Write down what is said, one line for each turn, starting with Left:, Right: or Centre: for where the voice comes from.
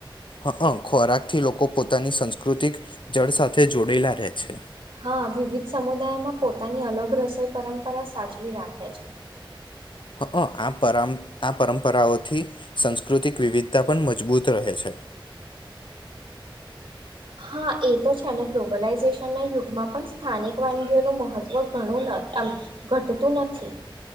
Left: હ હ ખોરાક થી લોકો પોતાની સાસ્કૃતિક જળ સાથે જોડેલા રહે છે
Right: હા વિવિધ સમુદાયમાં પોતાની અલગ રસોઈ પરંપરા સાચવી રાખે છે
Left: હ આ આ પરંપરાઓથી સાસ્કૃતિક વિવિધતા પણ મજબૂત રહે છે
Right: હા એ તો છે અને ગ્લોબલાઈઝેશન ના યુગમાં પણ સ્થાનિક વાનગીઓનું મહત્વ ઘણું ઘટતું નથી